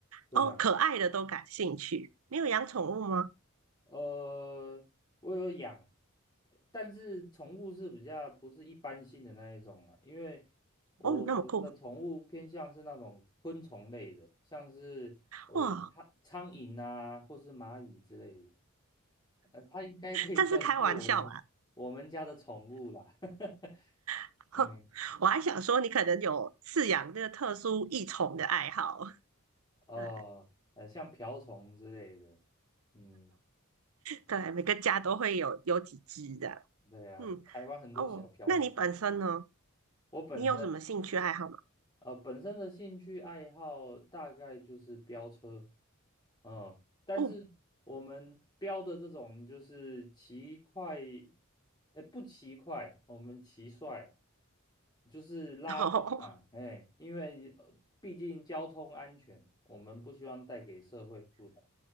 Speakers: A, on the left; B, on the right.
A: 对啊。
B: 哦，可爱的都感兴趣。你有养宠物吗？
A: 呃，我有养，但是宠物是比较不是一般性的那一种啦，因为我的宠物偏向是那种昆虫类的，
B: 哦，你那么酷
A: 像是诶苍苍蝇啊，
B: 哇！
A: 或是蚂蚁之类的，呃，它应该可以算是我们我们家的宠物啦，
B: 这是开玩笑啦，
A: <laughs>
B: <laughs> 哼，
A: 嗯，
B: 我还想说你可能有饲养这个特殊异宠的爱好。
A: 哦，
B: 对
A: 呃，像瓢虫之类的，嗯，
B: 对，每个家都会有有几只的。
A: 对啊，
B: 嗯，
A: 台湾很多小瓢虫。
B: 哦，那你本身呢？
A: 我本身
B: 你有什么兴趣爱好吗？
A: 呃，本身的兴趣爱好大概就是飙车，嗯，但是我们飙的这种就是骑快，
B: 哦，
A: 哎，不骑快，我们骑帅，就是拉风啊，
B: <laughs> 哦，
A: 哎，因为呃毕竟交通安全，我们不希望带给社会负担，